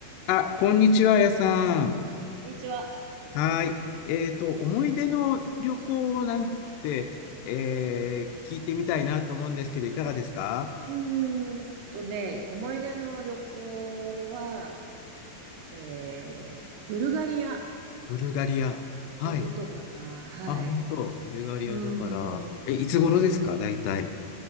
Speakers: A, on the left; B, on the right.
A: あ、こんにちは、やさん。
B: こんにちは。
A: はい。えっと、思い出の旅行なんて、えー聞いてみたいなと思うんですけど、いかがですか
B: うーんとね、思い出の旅行は、えー、ブルガリア行っ
A: ブルガリア。はい。
B: たことかな。はい。
A: あ、本当。ブルガリアだから、
B: うーん。
A: え、いつ頃ですか大体。